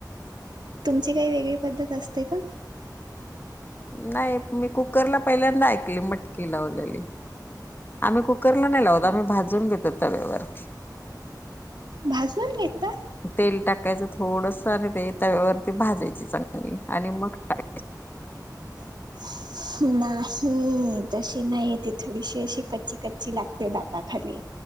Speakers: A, on the right; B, on the left.
A: तुमची काही वेगळी पद्धत असते का.
B: नाही मी कुकरला पहिल्यांदा ऐकली मटकी लावलेली. आम्ही कुकरला नाही लावत, आम्ही भाजून घेतो तव्यावरती.
A: भाजून घेता.
B: तेल टाकायचं थोडस आणि ते तव्यावरती भाजायची चांगली आणि मग टाकायची.
A: <inaudible> नाही तशी नाही ती थोडीशी अशी कच्ची कच्ची लागते दाळ. ता खाली